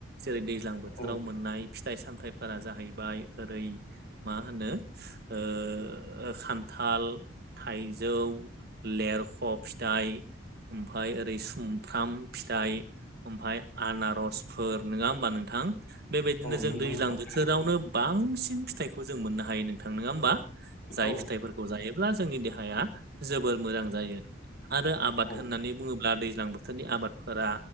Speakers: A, on the right; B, on the left.
A: जेरै दैज्लां बोथोराव
B: औ
A: मोननाय फिथाइ सामथायाइफोरा जाहैबाय ओरै मा होनो ओ खान्थाल थाइजौ लेरख' फिथाइ ओमफाय ओरै सुमफ्राम फिथाइ ओमफ्राय आनारसफोर नोङा होमबा नोंथां बेबायदिनो
B: औ
A: जों
B: नंगौ नोंथां
A: दैज्लां बोथोरावनो बांसिन फिथाइखौ जों मोननो हायो नोंथां नोङा होमबा जाय
B: औ
A: फिथाइफोरखौ जायोब्ला जोंनि देहाया जोबोर मोजां जायो आरो आबाद
B: औ
A: होननानै बुङोब्ला दैज्लां बोथोरनि आबादफोरा